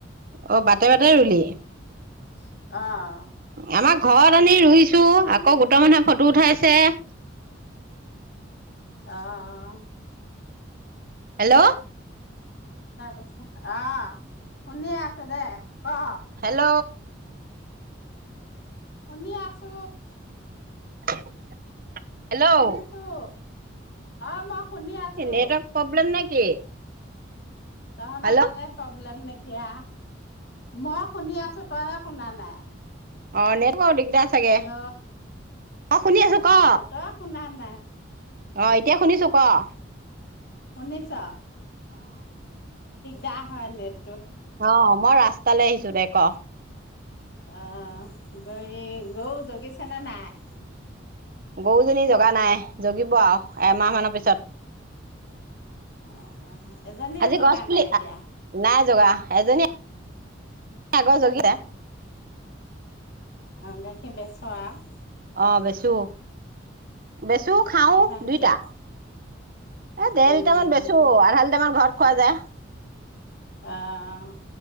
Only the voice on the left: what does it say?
উম। অ'।
কিছুমানে
অ'।
তাৰপিছত অ', শুনি আছো দে। ক
শুনি আছো।
শুনিছো। অ', ম শুনি আছো।
তহঁতৰ
তাতে প্ৰব্লেম নেক কি অ', মই শুনি আছো তইহে শুনা নাই।
হেল্ল'
অ তই শুনা নাই।
শুনিছ দাৰ হয় নেট
অহ, গৈ গৰু জগিছে নে নাই?
অহ, হ, হ এজনীও
জগা
নাই এতিয়া।
গাখীৰ বেচোঁ আৰু
কিমানকে
উম
অ',